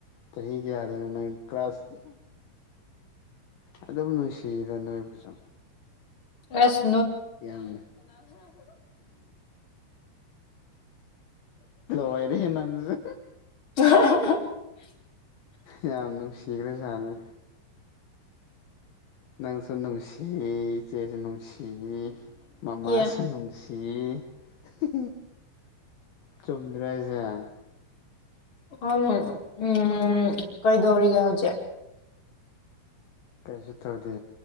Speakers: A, on the left (about 70°); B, on the left (about 30°).
A: ꯆꯍꯤꯍꯤ ꯀꯗꯦꯅ ꯀ꯭ꯂꯥꯁ ꯑꯗꯨꯝ ꯅꯨꯡꯁꯤꯗ ꯅꯣꯏꯕꯨꯁꯨ
B: ꯁ
A: ꯌꯥꯝ ꯋꯥꯏꯔꯦ ꯅꯪꯁꯨ
B: <unintelligible>
A: ꯌꯥꯝ ꯅꯨꯡꯁꯤꯈ꯭ꯔꯖꯥꯅꯤ ꯅꯪꯁꯨ ꯅꯨꯡꯁꯤ ꯏꯆꯦꯁꯨ ꯅꯨꯡꯁꯤ ꯃꯃꯁꯨ
B: ꯑꯦ
A: ꯅꯨꯡꯁꯤ ꯁꯤ ꯆꯨꯝꯗ꯭ꯔ ꯍꯖꯥ
B: ꯑ ꯎꯝ ꯀꯩꯗꯧꯔꯤꯒꯦ ꯍꯧꯖꯤꯛ
A: ꯀꯩꯁꯨ ꯇꯧꯗꯦ